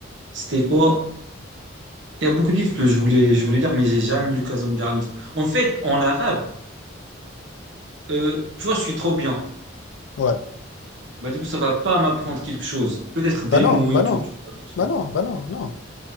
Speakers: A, on the right (about 65°); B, on the left (about 65°).
A: C'était quoi? Il y a beaucoup de livres que je voulais, je voulais lire, mais j'ai jamais eu l'occasion de lire un livre. En fait, en arabe, euh, tu vois, je suis trop bien.
B: Ouais.
A: Bah, du coup, ça va pas m'apprendre quelque chose. Peut-être des
B: Bah non,
A: mots
B: bah
A: et tout,
B: non,
A: tu vois, vite fait.
B: bah non, bah non, non.